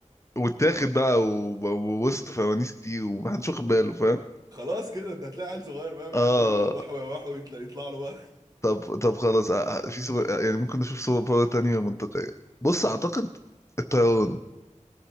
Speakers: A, on the left; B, on the right.
A: واتاخد بقى و- و- ووسط فوانيس كتير ومحدش واخد باله فاهم
B: خلاص كده انت هتلاقي عيل صغير بقى قاعد
A: اه
B: بيقول وحو يا وحو يطلع, يطلع له بقى
A: طب طب خلاص آه، آه، في سوبر آه، يعني ممكن نشوف سوبر باور تانية منطقية بص
B: <laughs>
A: أعتقد الطيران